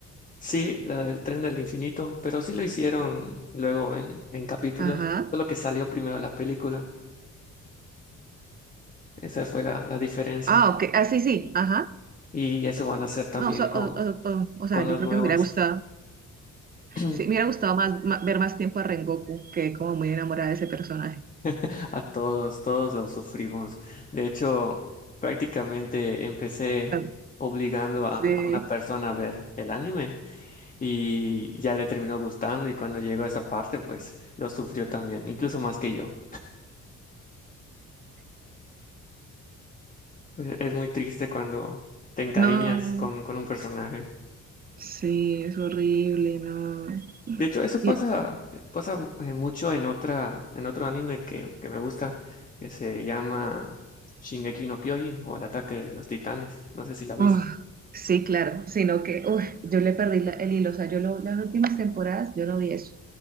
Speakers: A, on the left; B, on the right.
A: sí, la del tren del infinito, pero sí lo hicieron luego en, en capítulos,
B: Ajá.
A: solo que salió primero la película, esa fue la, la diferencia,
B: Ah, ok. Ah, sí, sí. Ajá.
A: y eso van a hacer también
B: No, o, sea,
A: con,
B: o- o- o- o sea,
A: con los
B: yo creo
A: nuevos.
B: que me hubiera gustado,
A: <clears throat>
B: sí, me hubiera gustado más, ma- ver más tiempo a Rengoku, que como muy enamorada de ese personaje.
A: <laughs> A todos, todos los sufrimos. De hecho, prácticamente empecé
B: Ah,
A: obligando
B: Sí,
A: a, a una persona a ver el anime y ya le terminó gustando y cuando llegó a esa parte, pues lo sufrió también, incluso más que yo. Pues, Es muy triste cuando te encariñas
B: no,
A: con, con un personaje.
B: sí, es horrible, no.
A: De hecho, eso pasa,
B: Y-
A: pasa eh, mucho en otra, en otro anime que, que me gusta, que se llama Shingeki no Kyojin o El ataque de los titanes. No sé si la viste.
B: uf, sí, claro, sino que uf, yo le perdí la- el hilo, o sea, yo lo- las últimas temporadas, yo no vi eso.